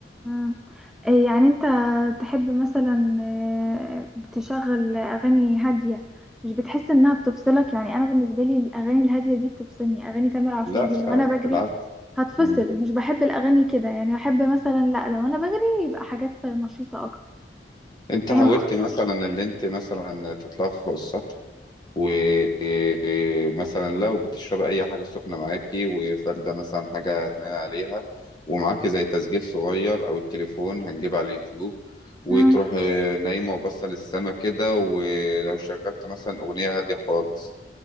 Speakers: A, in the centre; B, on the left (about 25°).
A: امم إيه يعني انت تحب مثلا آه، تشغل اغاني هاديه مش بتحس انها بتفصلك يعني انا بالنسبه لي الاغاني الهاديه دي بتفصلني اغاني تامر عاشور
B: لا
A: دي لو انا بجري
B: بالعكس
A: هتفصل
B: مم.
A: مش بحب الاغاني كده يعني احب مثلا لا لو انا بجري يبقى حاجات نشيطه اكتر
B: انت
A: فاهم
B: حاولت
A: قصدي
B: مثلا اللي انت مثلا تطلع فوق السطح ومثلا لو بتشرب اي حاجه سخنه معاكي وفارده مثلا حاجه هتنقي عليها ومعاكي زي تسجيل صغير او التليفون هنجيب على اليوتيوب وتروح
A: امم
B: آه، نايمه وبصه للسما كده ولو شغلت مثلا اغنيه هاديه خالص